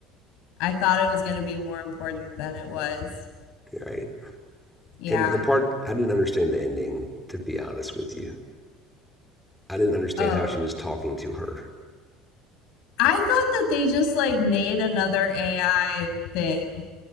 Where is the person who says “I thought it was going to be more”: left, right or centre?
Left